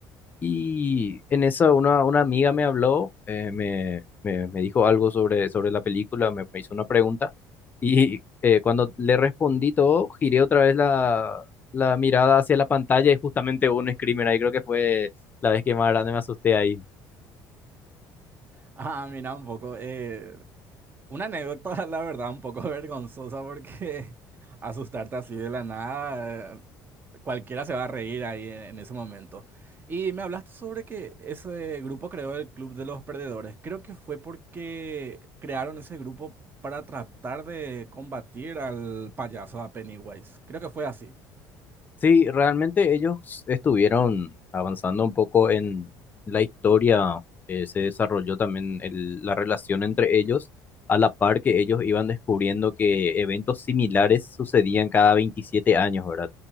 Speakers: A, on the left (about 25°); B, on the right (about 25°).
A: Y en esa una, una amiga me habló, eh, me, me, me dijo algo sobre, sobre la película, me, me hizo una pregunta. Y eh, cuando le respondí todo, giré otra vez la, la mirada hacia la pantalla y justamente hubo un screamer ahí. Creo que fue la vez que más grande me asusté ahí.
B: Ah, mira un poco. eh, Una anécdota, <laughs> la verdad, un poco vergonzosa porque <laughs> asustarte así de la nada, eh, cualquiera se va a reír ahí en, en ese momento. Y me hablaste sobre que ese grupo creó el Club de los Perdedores. Creo que fue porque crearon ese grupo para tratar de combatir al payaso, a Pennywise. Creo que fue así.
A: Sí, realmente ellos estuvieron avanzando un poco en la historia, eh, se desarrolló también el- la relación entre ellos, a la par que ellos iban descubriendo que eventos similares sucedían cada 27 años, ¿verdad?